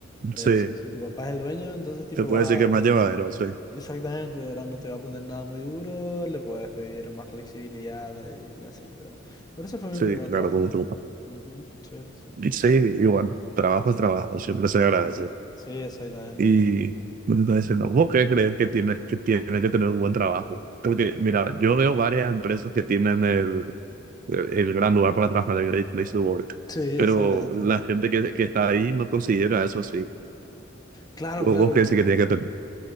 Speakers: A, on the left (about 20°); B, on the right (about 45°).
A: eh,
B: Sí,
A: si, si tu papá es el dueño, entonces tipo
B: te puedo
A: vas
B: decir que es
A: a...
B: más llevadero, sí.
A: Exactamente, ¿verdad? No te va a poner nada muy duro, le puedes pedir más flexibilidad y, así, pero... Por eso fue mi
B: Sí,
A: primer
B: claro,
A: trabajo.
B: con disfruta.
A: Ujú, Sí, sí, sí,
B: Y
A: total.
B: sí, igual, trabajo es trabajo, siempre se agradece.
A: Sí, exactamente.
B: Y entonces, ¿no? ¿Vos qué crees que tienes que, tienes que tener un buen trabajo? Porque, mira, yo veo varias empresas que tienen el, el, gran lugar para trabajar, el Great Place to Work.
A: Sí,
B: Pero
A: exactamente.
B: la gente que, que está ahí no considera eso así.
A: Claro,
B: ¿Vos
A: claro,
B: vos
A: claro.
B: qué decís que tiene que tener?